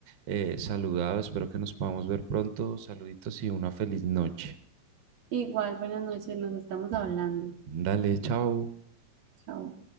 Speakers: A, on the right (about 90°); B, on the right (about 65°).
A: eh, saludado. Espero que nos podamos ver pronto. Saluditos y una feliz noche.
B: Igual, buenas noches, nos estamos hablando.
A: Dale, chao.
B: Chao.